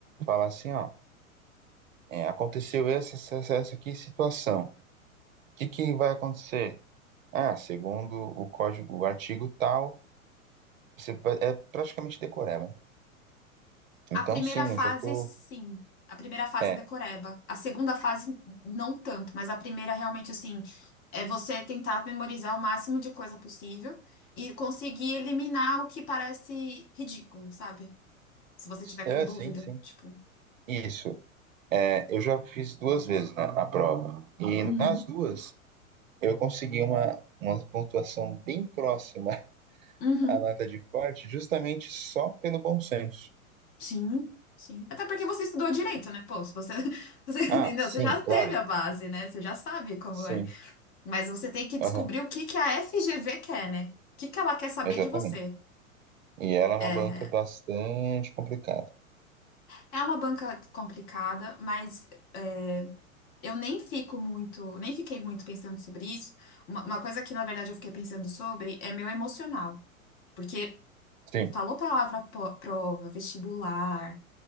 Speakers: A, on the right (about 70°); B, on the left (about 20°).
A: falar assim, ó, é, aconteceu essa, essa, essa aqui situação. O que que vai acontecer? Ah, segundo o código, o artigo tal, você pa- é praticamente decoreba. Então,
B: A primeira
A: sim,
B: fase,
A: eu já tô...
B: sim. A primeira fase
A: É,
B: é decoreba. A segunda fase, não tanto, mas a primeira realmente, assim, é você tentar memorizar o máximo de coisa possível e conseguir eliminar o que parece ridículo, sabe? Se você tiver com
A: é,
B: dúvida,
A: sim, sim.
B: tipo.
A: Isso. É, eu já fiz duas vezes, né, a prova. E
B: Uhum.
A: nas duas, eu consegui uma, uma pontuação bem próxima <laughs>
B: Uhum,
A: à nota de corte, justamente só pelo bom senso.
B: sim, sim. Até porque você estudou direito, né? Pô, se você, <laughs> você
A: Ah,
B: entendeu?
A: sim,
B: Você já teve
A: claro.
B: a base, né? Você já sabe como
A: Sim,
B: é. Mas você tem que descobrir
A: aham,
B: o que que a FGV quer, né? O que que ela quer saber
A: exatamente.
B: de você.
A: E ela é uma
B: É,
A: banca bastante complicada.
B: É uma banca complicada, mas é, eu nem fico muito, nem fiquei muito pensando sobre isso. Uma, uma coisa que, na verdade, eu fiquei pensando sobre é meu emocional. Porque
A: Sim,
B: falou palavra po- prova, vestibular,